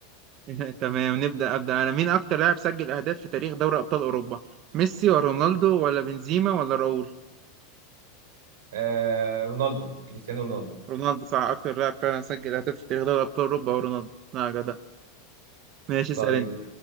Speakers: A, on the right; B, on the right.
A: <laughs> تمام نبدأ أبدأ أنا مين أكتر لاعب سجل أهداف في تاريخ دوري أبطال أوروبا؟ ميسي ولا رونالدو ولا بنزيما ولا راؤول؟
B: آه رونالدو كريستيانو رونالدو
A: رونالدو صح أكتر لاعب فعلا سجل أهداف في تاريخ دوري أبطال أوروبا هو رونالدو لا جدع ماشي اسأل
B: طيب
A: أنت